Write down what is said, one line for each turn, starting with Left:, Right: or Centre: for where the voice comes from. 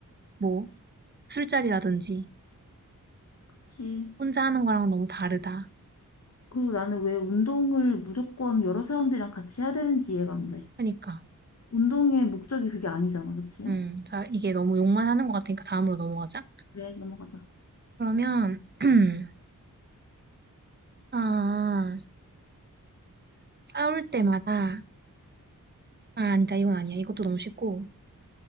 Right: 뭐, 술자리라든지,
Left: 그치.
Right: 혼자 하는 거랑 너무 다르다.
Left: 그리고 나는 왜 운동을 무조건 여러 사람들이랑 같이 해야 되는지 이해가 안 돼.
Right: 하니까.
Left: 운동의 목적이 그게 아니잖아. 그치?
Right: 음, 자, 이게 너무 욕만 하는 것 같으니까 다음으로 넘어가자.
Left: 그래, 넘어가자.
Right: 그러면, <clears throat> 아, 싸울 때마다, 아, 아니다, 이건 아니야. 이것도 너무 쉽고.